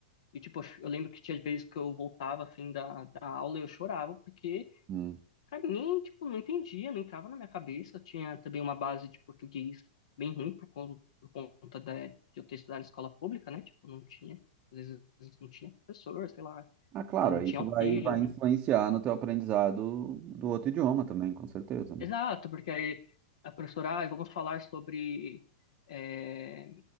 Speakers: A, on the left; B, on the right.
A: E, tipo, eu lembro que tinha vezes que eu voltava, assim, da, da aula e eu chorava, porque
B: Hum.
A: pra mim, tipo, não entendia, não entrava na minha cabeça. Eu tinha também uma base de português bem ruim por, con- por conta da, de eu ter estudado em escola pública, né? Tipo, não tinha, às vezes não tinha professor, sei lá,
B: Ah, claro,
A: e não
B: isso
A: tinha auxílio.
B: vai, vai influenciar no teu aprendizado do outro idioma também, com certeza, né?
A: Exato, porque aí a professora, ah, vamos falar sobre é,